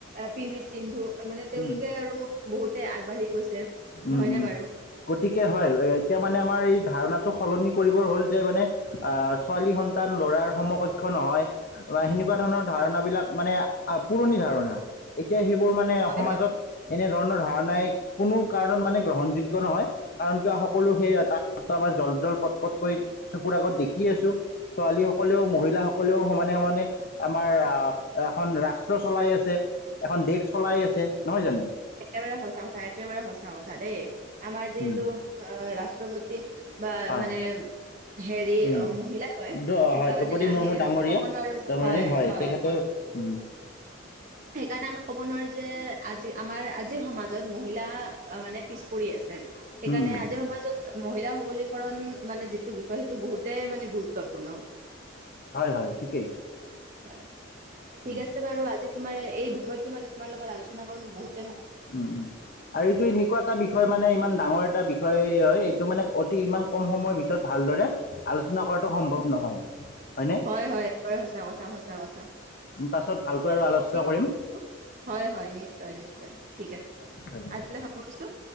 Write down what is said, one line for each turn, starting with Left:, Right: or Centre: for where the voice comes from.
Right: পি ভি সিন্ধু মানে তেওঁলোকে
Left: উম,
Right: আৰু বহুতে আগবাঢ়ি গৈছে।
Left: উম
Right: নহয়নে
Left: উম
Right: বাৰু?
Left: গতিকে হয়, এতিয়া মানে আমাৰ এই ধাৰণাটো সলনি কৰিবৰ হ'ল যে মানে আ ছোৱালী সন্তান ল'ৰাৰ সমকক্ষ নহয়। বা সেনেকুৱা ধৰণৰ ধাৰণা বিলাক মানে আ পুৰণি ধাৰণা। এতিয়া সেইবোৰ মানে
Right: হয়,
Left: সমাজত
Right: হয়,
Left: এনেধৰণৰ ধাৰণাই কোনো কাৰণত মানে গ্ৰহণযোগ্য নহয়, কাৰণ কিয় সকলো তাত আমাৰ জল জল পট পটকৈ চকুৰ আগত দেখিয়ে আছোঁ, ছোৱালী সকলেও মহিলাসকলেও সমানে সমানে আমাৰ আ এখন ৰাষ্ট্ৰ চলাই আছে, এখন দেশ চলাই আছে নহয় জানো?
Right: একেবাৰে সঁচা কথা, একেবাৰে সঁচা কথা দেই আমাৰ যিহেতু
Left: উম,
Right: আ ৰাষ্ট্ৰপতি তি বা
Left: হয়
Right: মানে হেৰি
Left: উম।
Right: অ', মহিলাই হয়,
Left: দ
Right: সেইকাৰণে
Left: হয় দ্ৰৌপদী
Right: আমি
Left: মুৰ্মু ডাঙৰীয়া
Right: ক'ব নোৱাৰো যে
Left: ডাঙৰীয়ানী
Right: হয় হয়।
Left: তেখেতৰ উম।
Right: সেইকাৰণে আমি ক'ব নোৱাৰো যে আজি আমাৰ আজিৰ সমাজত মহিলা আ মানে পিছ পৰি আছে সেইকাৰণে
Left: উম উম
Right: আজিৰ সমাজত মহিলা সবলীকৰণ মানে যিটো বিষয়, সেইটো বহুতে মানে গুৰুত্বপূৰ্ণ।
Left: হয় হয় ঠিকেই।
Right: হয় ঠিক
Left: উম
Right: আছে বাৰু আজি তোমাৰ এই বিষয়টো মানে তোমাৰ লগত আলোচনা কৰি মই বহুত
Left: উম উম আৰু এইটো এনেকুৱা এটা বিষয় মানে ইমান ডাঙৰ এটা বিষ বিষয় হয় এইটো মানে অতি ইমান কম সময়ৰ ভিতৰত ভালদৰে আলোচনা কৰাটো সম্ভৱ নহয়, হয় নে?
Right: হয় হয়, একবাৰে সঁচা কথা, সঁচা কথা।
Left: পাছত ভালকৈ আৰু আলোচনা
Right: ঠিক
Left: কৰিম।
Right: হয় হয়, নিশ্চয় নিশ্চয়, ঠিক আছে বাৰু
Left: ধন্যবাদ
Right: আজিলৈ সামৰিছোঁ।